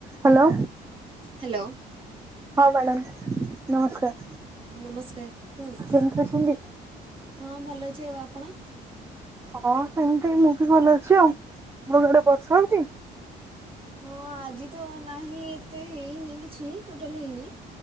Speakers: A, on the right (about 15°); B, on the right (about 30°).
A: Hello.
B: Hello.
A: ହଁ madam ନମସ୍କାର।
B: ନମସ୍କାର କୁହନ୍ତୁ
A: କେମିତି ଅଛନ୍ତି?
B: ହଁ ଭଲ ଅଛି ଆଉ ଆପଣ?
A: ହଁ ସେମିତି ମୁଁ ବି ଭଲ ଅଛି ଆଉ ତମ ସିଆଡେ ବର୍ଷା ହଉଚି?
B: ହଁ ଆଜି ତ ନାହିଁ ଏତେ ହେଇନି କିଛି ଟୋଟାଲି ହେଇନି।